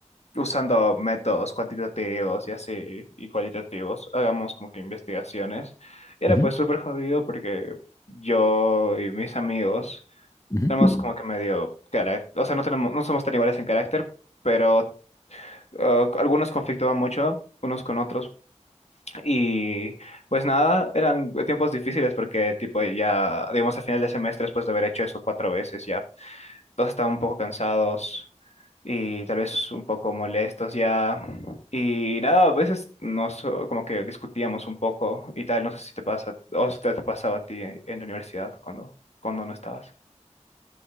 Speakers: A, on the left; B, on the left.
A: usando métodos cuantitativos y así, y cualitativos, hagamos como que investigaciones. Era
B: ujú,
A: pues súper jodido porque yo y mis amigos
B: ujú,
A: tenemos
B: ujú.
A: como que medio carácter, o sea, no tenemos, no somos tan iguales en carácter, pero uh, algunos conflictuaban mucho unos con otros y pues nada, eran tiempos difíciles porque tipo ya, digamos, a final de semestre después de haber hecho eso cuatro veces ya todos estaban un poco cansados y tal vez un poco molestos ya. Y nada, a veces nos eh, como que discutíamos un poco y tal, no sé si te pasa, o si te, te pasaba a ti en, en la universidad cuando, cuando no estabas.